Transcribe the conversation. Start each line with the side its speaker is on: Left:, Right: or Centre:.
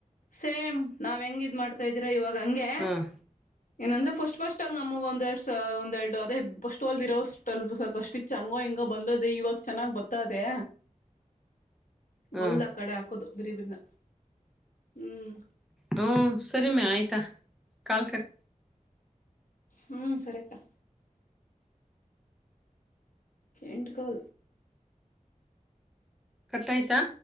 Left: ಸೇಮ್ ನಾವ್ ಹೆಂಗ್ ಇದ್ ಮಾಡ್ತಾ ಇದ್ದೀರಾ ಇವಾಗ್ ಗಂಗೆ
Centre: ಹ್ಮ್
Left: ಏನಂದ್ರೆ ಫಸ್ಟ್ಫಸ್ಟ್ ಅಗ್ ನಮ್ ಒಂದೆರಡ್ ಒಂದೆರ್ಡು ಅದೇ ಫಸ್ಟ್ ಹೊಲ್ದಿರೋವ್ ಸ್ವಲ್ಪ ಚಂಗೋ ಹಿಂಗ ಬಂದದೆೇ ಇವಾಗ ಚೆನ್ನಾಗ್ ಬತ್ತದೆ
Centre: ಹ್ಮ್
Left: ಹೊಲ್ದ್ ಆ ಕಡೆ ಹಾಕ್ <unintelligible> ಹ್ಮ್
Centre: ಹ್ಮ ಸರಿ ಮ್ಯ ಆಯ್ತಾ ಕಾಲ್ ಕಟ್
Left: ಹ್ಮ ಸರೆಕ್ಕಾ ಎಂಡ್ಕಲ್
Centre: ಕಟ್ ಆಯ್ತಾ?